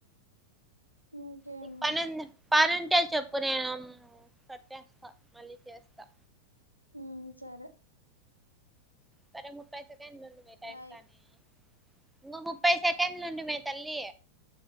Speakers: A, on the right (about 85°); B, in the centre.
A: ఇంకేమి
B: నీక్ పని ఉంది ఎమో పని ఉంటే చెప్పు నేను వస్తా
A: ఉహ్ సరే
B: సరే ముప్పై తేది నొప్ నువ్వే టైం
A: బాయ్
B: కానీ నువ్వు ముప్పై సెకండ్లు ఉండు మే తల్లి